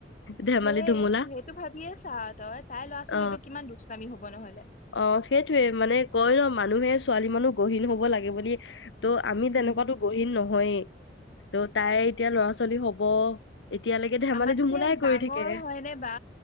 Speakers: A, on the left; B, on the left.
A: ধেমালি
B: সেইয়ে
A: ধুমুলা
B: সেইটো ভাবিয়ে ছা তই তাইৰ ল'ৰা ছোৱালীটো
A: অ
B: কিমান দুষ্টামী হব নহলে
A: অ সেইটোয়ে মানে কয় ন মানুহে ছোৱালী মানুহ গহীন হব লাগে বুলি ত' আমি তেনেকুৱাতো
B: উম
A: গহীন নহয় হৈয়ে ত' তাই এতিয়া ল'ৰা ছোৱালী হব এতিয়ালৈকে ধেমালি
B: আমাতকে
A: ধুমুলাই
B: ডাঙৰ
A: কৰি থাকে
B: হয়নৰে বা